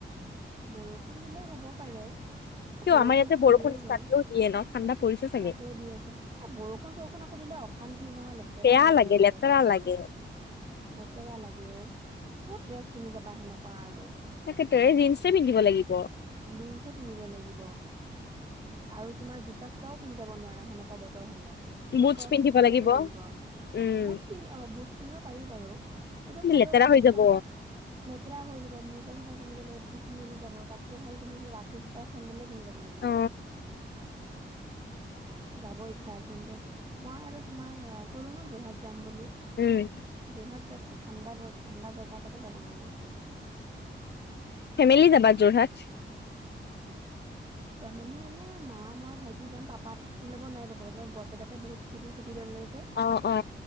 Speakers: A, on the right (about 25°); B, on the left (about 60°).
A: বৰষুণ দিলে হ'ব পাৰে অ
B: কিয়
A: বৰষুণতো
B: আমাৰ ইয়াতে বৰষুণ
A: দিয়ে
B: ষ্টাৰ্টও
A: বাৰু
B: দিয়ে ন ঠাণ্ডা পৰিছে চাগে
A: তাতেও দি আছে এ বৰষুণ চৰষুণ আকৌ দিলে অ অশান্তিও নহয় লেতেৰা
B: বেয়া
A: হৈ
B: লাগে
A: যায় ৱেডাৰটো
B: লেতেৰা
A: বহুত
B: লাগে
A: লেতেৰা লাগে অ ক'ত ড্ৰেছ পিন্ধি যাবা সেনেকুৱা আৰু
B: তাকেটো জিন্সেটোৱে পিন্ধিব লাগিব
A: জিন্সে পিন্ধিব লাগিব আৰু তোমাৰ জোতা চোতাও পিন্ধি জাব নোৱাৰা সেনেকুৱা বতৰ হলে, সেই
B: বুটছ
A: ক্ৰক্স
B: পিন্ধিব
A: পিন্ধি জাব লাগিব।
B: উম
A: বুটছ পিন্ধ অ বুটছ পিন্ধিব পাৰি বাৰু, সেইটো হলেও
B: লেতেৰা হৈ
A: বুটছৰ
B: যাব
A: লগত লেতেৰা হৈ যাব মৌজা চোজা পিন্ধিব লাগিব তি তিতি মেলি যাব তাতকে ভাল তুমি সেই ৰাফিজ কৰা চেন্দেলে পিন্ধি যাব লাগিব।
B: অ <inaudible>
A: যাব ইচ্ছা আছিল দেই, মই আৰু তোমাৰ কলো ন যোৰহাট যাম বুলি।
B: উম
A: যোৰহাট যোৱাতকে ঠাণ্ডা ব ঠাণ্ডা জেগা এতাতে যাব মন গৈছিলে।
B: ফেমিলি যাবা যোৰহাট?
A: ফেমিলি মানে মা মই ভাইটি যাম পাপাতো ছুটি ল'ব নোৱাৰিব, বৰপেটাতে বহুত কেইদিন ছুটি লৈ ললে যে।
B: অ অ।